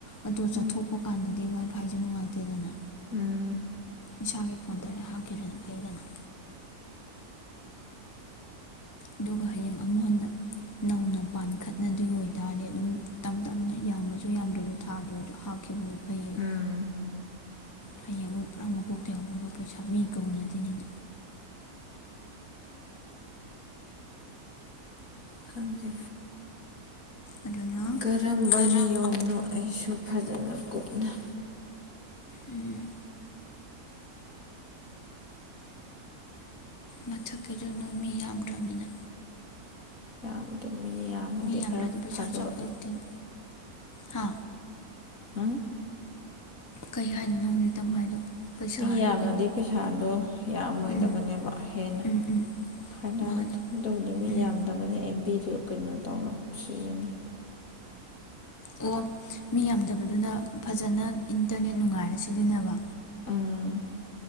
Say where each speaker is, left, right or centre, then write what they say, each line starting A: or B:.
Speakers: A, on the left; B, on the left.
A: ꯑꯗꯣ
B: ꯎꯝ
A: ꯆꯠꯊꯣꯛꯄ ꯀꯥꯟꯗꯗꯤ ꯋꯥꯏꯕ ꯐꯥꯏꯖꯦ ꯅꯨꯡꯉꯥꯏꯇꯦꯗꯅ
B: ꯎꯝ
A: ꯏꯁꯥꯒꯤ ꯐꯣꯟ ꯗꯥꯏꯔꯦꯛ ꯍꯥꯞꯈꯤꯗꯅ ꯐꯩꯗꯅ ꯑꯗꯨꯒ ꯍꯌꯦꯡ ꯑꯃꯨꯛ ꯍꯟꯅ ꯅꯧꯅ ꯄꯥꯟꯈꯠꯅꯗꯣꯏ ꯑꯣꯏꯇꯥꯔꯗꯤ ꯑꯗꯨꯝ ꯇꯝ ꯇꯝꯅ ꯌꯥꯝꯃꯖꯨ ꯌꯥꯝꯗ꯭ꯔꯖꯨ ꯊꯥꯒꯤ ꯑꯣꯏꯖꯨ ꯍꯥꯥꯞ ꯂꯈꯤꯕꯕꯨꯅ ꯐꯩꯕ
B: ꯎꯝ
A: ꯐꯩ ꯑꯃ ꯄꯨꯔꯥ ꯃꯀꯣꯛ ꯇꯩꯍꯧꯔꯒ ꯄꯩꯁꯥ ꯃꯤ ꯀꯧꯅꯗꯦꯅꯤꯅ
B: ꯊꯪꯗ
A: ꯑꯗꯨꯅ
B: ꯀꯔꯝꯕ
A: ꯀꯔꯝꯕ
B: ꯅꯤꯌꯣꯝꯅꯣ ꯑꯩꯁꯨ ꯐꯖꯅ ꯀꯨꯞꯅꯩ
A: ꯎꯝ ꯃꯊꯛꯀꯤꯗꯨ ꯅꯣꯏ ꯃꯤ ꯌꯥꯝꯗ꯭ꯔꯕꯃꯤꯅ
B: ꯌꯥꯝꯗꯤ ꯃꯤ ꯌꯥꯝꯃꯗꯤ
A: ꯌꯥꯝꯗ꯭ꯔꯗꯤ
B: ꯈꯔ
A: ꯄꯩꯁꯥ
B: ꯐꯗꯕ
A: ꯆꯥꯎꯈꯠꯂꯛꯇꯦꯅꯦ ꯍꯥ
B: ꯎꯝ
A: ꯀꯩ ꯍꯥꯏꯗꯣꯏꯅꯣ ꯍꯧꯖꯤꯛꯇ ꯇꯝꯣ ꯍꯥꯏꯗꯣ ꯄꯩꯁꯥ
B: ꯃꯤ
A: ꯍꯥꯏꯕ꯭ꯔꯥ
B: ꯌꯥꯝꯃꯗꯤ
A: ꯀꯩꯅꯣ
B: ꯄꯩꯁꯥꯗꯣ ꯌꯥꯝꯃꯣꯏꯗꯕꯅꯦꯕ
A: ꯎꯝ
B: ꯍꯦꯟꯅ
A: ꯎꯝ ꯎꯝ
B: ꯈꯥꯏꯅ
A: ꯃꯥꯅꯦ
B: ꯑꯗꯨꯕꯨꯗꯤ ꯃꯤ
A: ꯎꯝ
B: ꯌꯥꯝꯗꯕꯅ ꯑꯦꯝꯕꯤꯗ ꯑꯗꯨ ꯀꯩꯅꯣ ꯇꯧꯅ ꯁꯤꯖꯤꯦ
A: ꯑꯣ ꯃꯤ ꯌꯥꯝꯗꯕꯗꯨꯅ ꯐꯖꯅ ꯏꯟꯇꯔꯅꯦꯠ ꯅꯨꯡꯉꯥꯏꯔ ꯁꯤꯖꯤꯟꯅꯕ
B: ꯎꯝ